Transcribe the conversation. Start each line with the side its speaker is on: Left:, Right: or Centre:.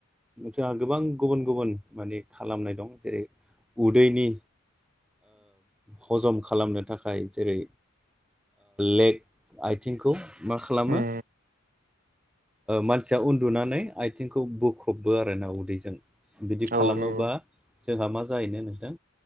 Centre: जाहा गोबां गुबुन-गुबुन माने खालामनाय दं जेरै उदैनि। हजम खालामनो थाखाय जेरै लेक आथिंखौ मा खालामो?
Right: उम
Centre: मानसिया उन्दुनानै आथिंखौ बोख्रबबो आर ना उदैजों। बिदि खालामोबा
Right: औ नंगौ
Centre: जोंहा मा जाहैनो नोंथां